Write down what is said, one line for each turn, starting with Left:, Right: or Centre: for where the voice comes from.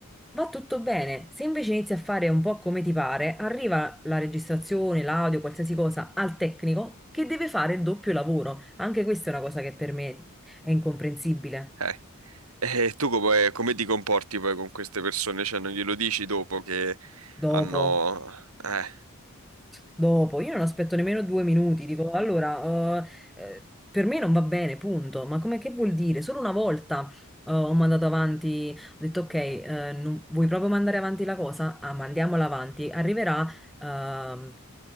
Centre: va tutto bene. Se invece inizi a fare un po' come ti pare, arriva la registrazione, l'audio, qualsiasi cosa al tecnico che deve fare il doppio lavoro. Anche questa è una cosa che per me è incomprensibile.
Right: eh. E tu come, come ti comporti poi con queste persone? Cioè, non glielo dici dopo che
Centre: Dopo,
Right: hanno... Eh,
Centre: dopo, io non aspetto nemmeno due minuti, dico allora, eh, eh, per me non va bene, punto. Ma come che vuol dire? Solo una volta eh, ho mandato avanti, ho detto ok, eh, non- vuoi proprio mandare avanti la cosa? Ah, mandiamola avanti, arriverà, ehm,